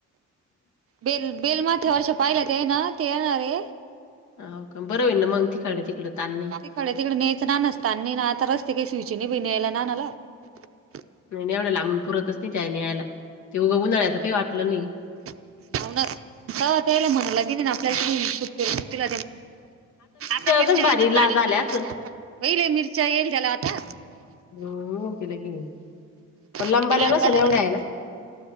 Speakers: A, on the right; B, on the left.
A: बेल बेल माथ्या वर्ष पाहिला ते ना ते येणारे
B: हा का बरं होईल ना मग इकडे तिकड ताण नाही
A: तिकडे <unintelligible>
B: नाही नाही एवढ्या लांबून पुरतच नाही त्याय न्यायला ते उघं उन्हाळ्याचं काही वाटलं नाही.
A: नवनाथ ह त्यातले म्हणाला न त्याला आता मिरच्या
B: गण
A: लावलं भारी
B: ला झाल्या
A: काम
B: असन.
A: झालं असेल व्हय लय मिरच्या येईल त्याला आता.
B: <unintelligible>
A: पहिले
B: लंबाल्या नसन
A: थोड्या
B: एवढ्या आहे ना